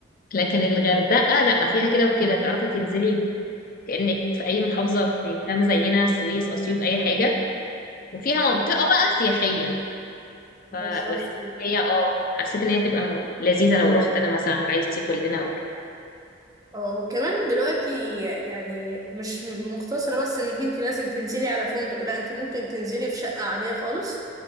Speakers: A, on the left (about 45°); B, on the right (about 20°).
A: لكن الغردقة لا فيها كده وكده تعرفي تنزلي كأنك في اي محافظة يعني فاهمة زينا السويس اسيوط اي حاجة وفيها منطقة بقى سياحية
B: بالظبط
A: فبحس ان هي اه حسيت ان هي تبقى لذيذة لو رحت انا مثلا وعيلتي كلنا
B: اه وكمان دلوقتي يعني مش مقتصرة بس انك انت لازم تنزلي على فندق لا انت ممكن تنزلي في شقة عادية خالص